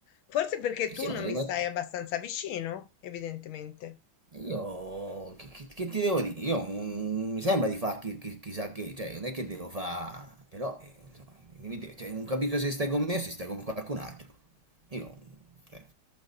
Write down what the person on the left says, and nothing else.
Forse perché
tu
non mi
stai abbastanza vicino, evidentemente.